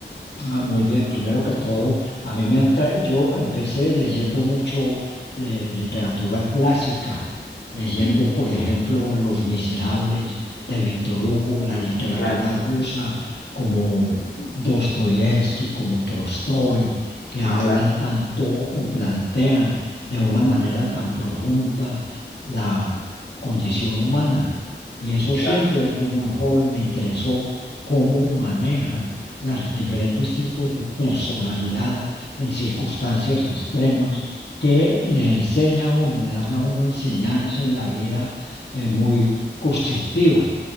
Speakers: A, on the left; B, on the left.
A: Ah, muy bien, primero que todo, a mí me han tra- yo empecé leyendo mucho eh, literatura clásica, leyendo,
B: Mm,
A: por ejemplo, Los Miserables de Víctor Hugo, la literatura
B: claro,
A: rusa como
B: mm,
A: Dostoyevsky, como Tolstoy, que hablan
B: claro,
A: tanto o plantean de una manera tan profunda la condición humana. Y eso
B: claro,
A: siempre desde muy joven me interesó cómo manejan los diferentes tipos de personalidad en circunstancias extremas que le enseña a uno, le dan a uno enseñanza en la vida eh, muy constructiva.